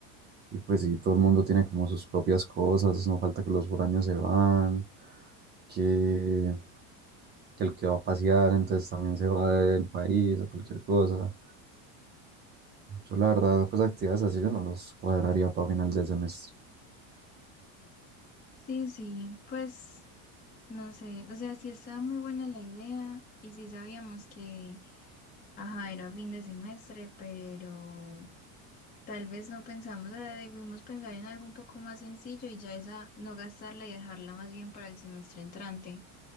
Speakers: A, on the right; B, on the left.
A: Y pues sí, todo el mundo tiene como sus propias cosas, no falta que los foráneos se van, que, que el que va a pasear entonces también se va del país o cualquier cosa. Yo la verdad, pues actividades así yo no los cuadraría para final del semestre.
B: Sí, sí, pues no sé, o sea, sí estaba muy buena la idea y sí sabíamos que, ajá, era fin de semestre, pero tal vez no pensamos, o sea, debimos pensar en algo un poco más sencillo y ya esa no gastarla y dejarla más bien para el semestre entrante.